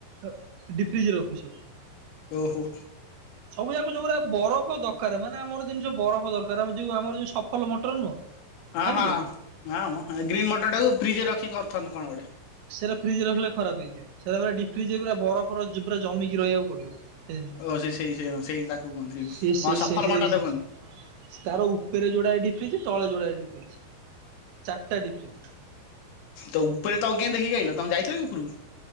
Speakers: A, on the right; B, on the left.
A: ଅ ଡିଫ୍ରିଜରେ ରଖୁଛୁ ସବୁ।
B: ଓହୋ।
A: ସବୁ ଯାକ ଯୋଉ ଗୁରା ବରଫ ଦରକାର, ମାନେ ଆମର ଜେମି ଯୋଉ ବରଫ ଦରକାରେ, ଆମର ଯୋଉ ଆମର ଯୋଉ ସଫଲ ମଟର ନୁହଁ।
B: ହଁ
A: ଜାଣିଛ
B: ହଁ ହଁ ମ ଗ୍ରୀନ୍ ମଟର ଟାକୁ ଫ୍ରିଜରେ ରଖି କରୁଛନ୍ତି କଣ ଗୋଟେ।
A: ସେଇରା ଫ୍ରିଜରେ ରଖିଲେ ଖରାପ ହେଇଯିବ, ସେରା ଡିଫ୍ରିଜରେ ପୁରା ବରଫର ପୁରା ଜମିକି ରହିବାକୁ ପଡିବ। ସେ ଜିନିଷ
B: ଓ ସେ-ସେଇ ସେଇ ସେଇ ତାକୁ କୁହନ୍ତି
A: ସେ ସେ
B: ହଁ ସଫଲ
A: ସେ ସେଇ
B: ମଟର
A: ଜିନିଷ
B: ତାକୁ କୁହନ୍ତି।
A: ତାର ଉପରେ ଯୋଡାଏ ଡିଫ୍ରଜ, ତଳେ ଯୋଡା ଡିଫ୍ରିଜ ଚାରିଟା ଡିଫ୍ରିଜ।
B: ତ ଉପରେ ତଜ୍ଞ ଦେଖିକୀ ଆଇଲ ତମେ ଯାଇଥିଲ କି ଉପରକୁ?